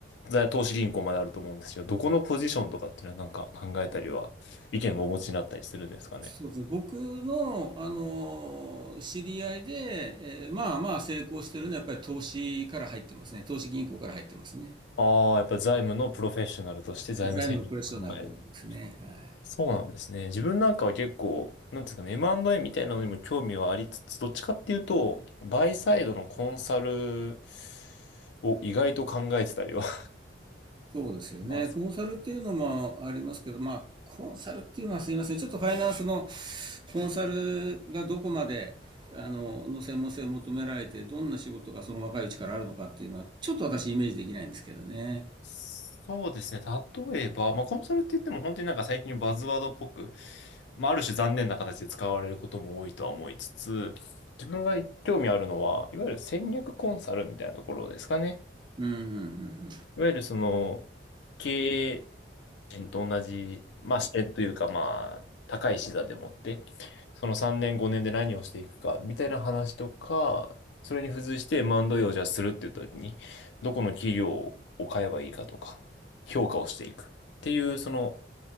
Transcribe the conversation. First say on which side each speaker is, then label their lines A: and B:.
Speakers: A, on the left; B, on the right.
A: ざ投資銀行まであると思うんですけど、どこのポジションとかっていうのはなんか考えたりは意見をお持ちになったりするんですかね。
B: そうですね。僕の、あの、知り合いで、えーまあまあ成功してるのは、やっぱり投資から入ってますね。投資銀行から入ってますね。
A: ああ、やっぱ財務のプロフェッショナルとして財務戦略を考える。
B: 財務のプロフェッショナルですね。はい。
A: そうなんですね。自分なんかは結構、なんていうんですかね、M&A みたいなのにも興味はありつつ、どっちかっていうと、バイサイドのコンサルを意外と考えてたりは <laughs> し
B: そうですよね。
A: ます
B: コンサルっていうのもありますけど、まあ、コンサルっていうのはすいません。ちょっとファイナンスのコンサルがどこまで、あの、の専門性を求められて、どんな仕事がその若いうちからあるのかっていうのは、ちょっと私イメージできないんですけどね。
A: そうですね。例えば、まあ、コンサルって言っても本当になんか最近バズワードっぽく、まあ、ある種残念な形で使われることも多いとは思いつつ、自分が興味あるのは、いわゆる戦略コンサルみたいなところですかね。
B: うん、うん、
A: いわゆるその、経営人と同じ、まあ、視点というか、まあ、高い視座でもって、その3年、5年で何をしていくか、みたいな話とか、それに付随して M&A をじゃあするっていう時に、どこの企業を買えばいいかとか、評価をしていくっていう、その